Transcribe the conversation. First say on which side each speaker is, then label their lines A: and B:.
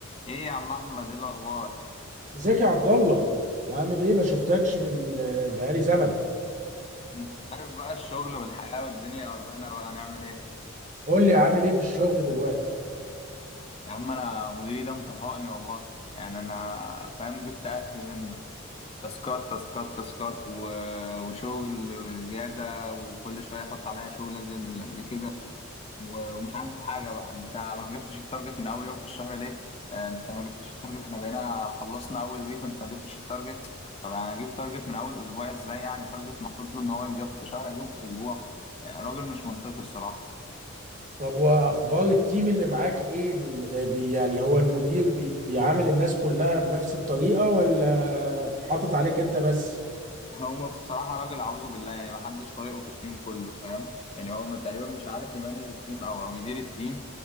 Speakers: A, on the left; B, on the right.
A: ايه يا عم احمد ايه الاخبار
B: ازيك يا عبد الله عامل ايه ما شفتكش من آه، بقالي زمن
A: انت عارف بقى الشغل والحياه والدنيا واخدانا بقى نعمل ايه
B: قول لي عامل ايه في الشغل دلوقتي
A: يا عم انا مديري ده مطهقني والله يعني انا فاهم جبت اخري منه تاسكات تاسكات تاسكات و... وشغل زياده وكل شويه يحط عليا شغل ازيد من اللي قبل كده و- ومش عاجبه حاجه بقى انت ما جبتش التارجت من اول يوم في الشهر ليه آه، انت ما جبتش التارجت احنا بقينا خلصنا اول ويك وانت ما جبتش التارجت طب انا اجيب تارجت من اول اسبوع ازاي يعني تارجت محطوط له ان هو يتجاب في شهر اجيبه في اسبوع آه، راجل مش منطقي الصراحه
B: طب واخبار التيم اللي معاك ايه ال- آه، بي- يعني هو المدير بي- بيعامل الناس كلها بنفس الطريقة ولا حاطط عليك انت بس
A: هو بصراحة راجل أعوذ بالله يعني محدش طايقه في التيم كله فاهم يعني هو ما- تقريبا مش عارف يمانج التيم أو أو يدير التيم